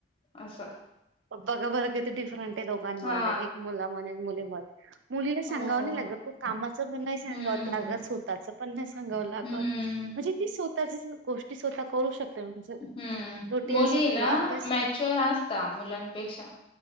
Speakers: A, on the left; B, on the right.
A: असं
B: बघा. बरं, किती डिफरंट आहे दोघांमध्ये
A: हा
B: एक मुलाध्ये, एक मुलीमध्ये मुलीला सांगावं
A: हो
B: नाही लागत. कामाचं पण नाही सांगावं
A: हम्म
B: लागत स्वतःच पण सांगावं लागत.
A: हम्म
B: म्हणजे ती स्वतः गोष्टी स्वतः करू शकते. म्हणजे,
A: हम्म
B: छोटी
A: मुली
B: असो किंवा
A: ना
B: अभ्यास
A: मॅच्युअर
B: हम्म
A: असता मुलांपेक्षा